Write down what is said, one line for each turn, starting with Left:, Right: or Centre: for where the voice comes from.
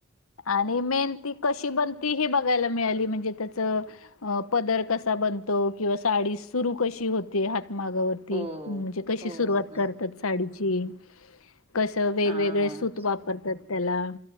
Left: आणि मेन ती कशी बन ती. हे बघायला मिळाली म्हणजे त्याचं अ पदर कसा बनतो किंवा साडी सुरू कशी होते हातमागावर ती
Right: हो
Left: म्हणजे कशी
Right: हो
Left: सुरुवात
Right: ह
Left: करतात साडीची कसं वेगवेगळे
Right: हा
Left: सूत वापरतात त्याला